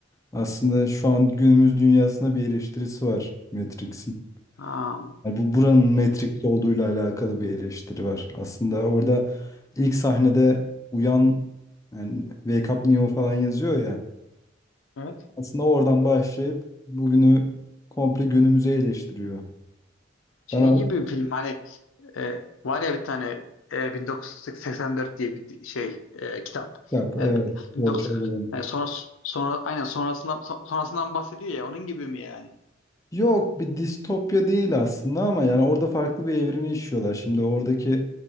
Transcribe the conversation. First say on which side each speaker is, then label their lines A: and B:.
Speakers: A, on the left; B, on the left.
A: Aslında şu an günümüz dünyasında bir eleştirisi var Matrix'in.
B: Ha,
A: Yani bu buranın Matrix olduğuyla alakalı bir eleştiri var. Aslında orada ilk sahnede uyan yani Wake Up Neo falan yazıyor ya.
B: ya,
A: Aslında oradan başlayıp bugünü komple günümüze eleştiriyor.
B: Şey
A: Ben artık
B: gibi bir film hani e, var ya bir tane e, 1984 diye bir şey e, kitap.
A: yap.
B: Yani
A: Evet.
B: bi- 1940
A: George Orwell'ın.
B: yani sonra sonra aynen sonrasından son- sonrasından bahsediyor ya onun gibi mi yani?
A: Yok bir distopya değil aslında ama yani orada farklı bir evreni işliyorlar. Şimdi oradaki